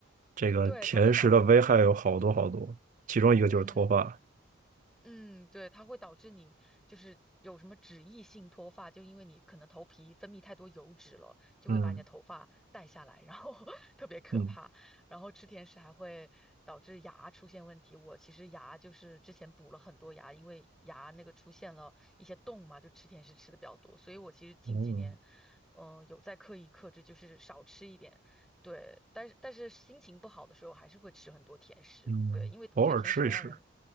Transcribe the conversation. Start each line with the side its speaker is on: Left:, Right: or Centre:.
Right: 这个甜食的危害有好多好多，
Centre: 对，它会导，
Right: 其中一个就是脱发，
Centre: 嗯。嗯，对，它会导致你就是有什么脂溢性脱发，就因为你可能头皮分泌太多油脂了，就会把你的头发带下来，
Right: 嗯
Centre: 然后 <laughs> 特别可怕。
Right: 嗯
Centre: 然后吃甜食还会导致牙出现问题。我其实牙就是之前补了很多牙，因为牙那个出现了一些洞嘛，就吃甜食吃的比较多，所以我其实近几年，
Right: 嗯
Centre: 嗯、有在刻意克制，就是少吃一点。对，但是但是心情不好的时候还是会吃很多甜食，
Right: 嗯，
Centre: 对，因为我觉得甜食能让人，
Right: 偶尔吃一吃。